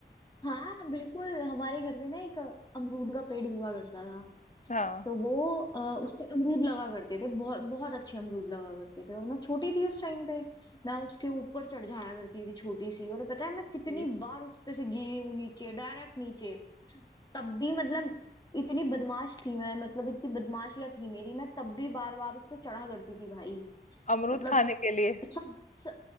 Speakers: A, on the left; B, on the left.
A: हाँ बिल्कुल हमारे घर पे ना एक अमरूद का पेड़ हुआ करता था
B: हाँ
A: तो वो आ, उस पे अमरूद लगा करते थे बहुत बहुत अच्छे अमरूद लगा करते थे और मैं छोटी थी उस टाइम पे मैं उसके ऊपर चढ़ जाया करती थी छोटी सी और पता है मैं
B: अरे,
A: कितनी बार उस पे से गिरी हूँ नीचे डायरेक्ट नीचे तब भी मतलब इतनी बदमाश थी मैं मतलब इतनी बदमाशियां थी मेरी मैं तब भी बार बार उस पर चढ़ा करती थी भाई
B: अमरूद
A: मतलब
B: खाने के लिए
A: सब, सब